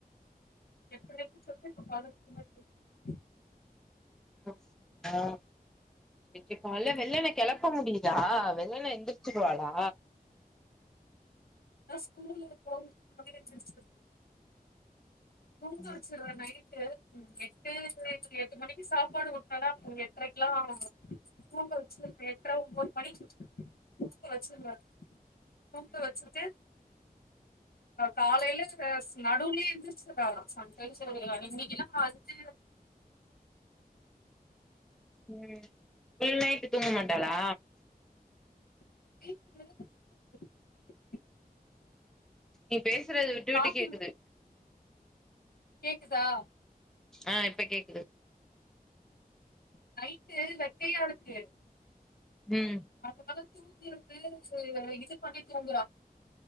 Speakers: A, on the left (about 70°); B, in the centre.
A: எப்டி இருக்குன்னு சொல்லு இப்ப <unintelligible>
B: உ ஆ வெச்சுப்போ இல்ல
A: ம்
B: வெள்ளன கெளப்ப முடி <inaudible> வெள்ளல்ல எந்திரிச்சுவாளா
A: நா ஸ்கூலு போகறதுக்கு முன்னாடியே எந்திருச்சிருது தூங்க
B: ம்
A: வெச்சிருவே நைட்டு ம் எ <inaudible> எட்டு மணிக்கு சாப்பாடு உட்டனனா எட்ரைக்கலா துங்க வச்சுடுவே எட்டரை ஒன்பது மணிக்கு துங்க வச்சிருவே தூங்க வெச்சிட்டு காலைல எஸ் நடுவுலயே எந்திரிச்சுருப் ஆ சம்டைம்ஸ் <unintelligible> ஆ ஐன்சி
B: உம் இல்ல நைட்டு தூங்க மாட்டாளா
A: <unintelligible>
B: நீ பேசுறது விட்டுவிட்டு
A: காஃபி
B: கேக்குது
A: கேக்குதா
B: ஆஹ் இப்ப கேக்குது
A: நைட்டு வெட்கையா இருக்கு
B: ம்
A: அதனால தூங்கிருது சேரி இது பண்ணி தூங்குறா